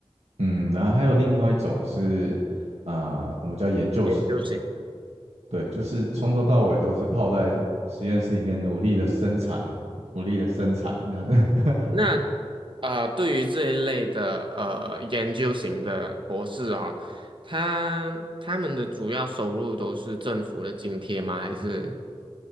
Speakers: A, on the right; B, on the right.
A: 嗯，然后还有另外一种是，啊、我们叫研究型的，
B: 研究型的。
A: 对，就是从头到尾都是泡在实验室里面努力的生产，努力的生产这样子。<laughs>
B: 那呃，对于这一类的呃研究型的博士啊、他他们的主要收入都是政府的津贴吗？还是